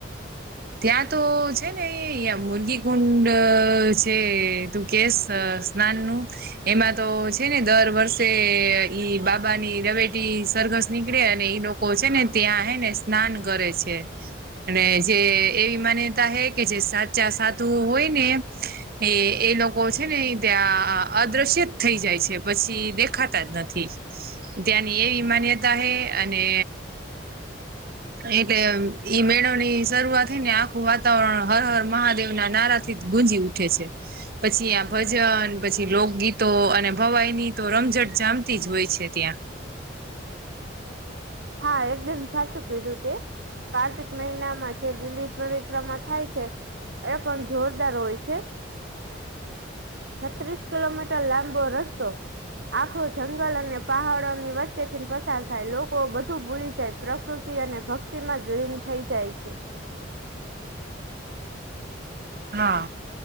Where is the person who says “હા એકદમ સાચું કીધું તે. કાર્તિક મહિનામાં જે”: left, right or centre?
Right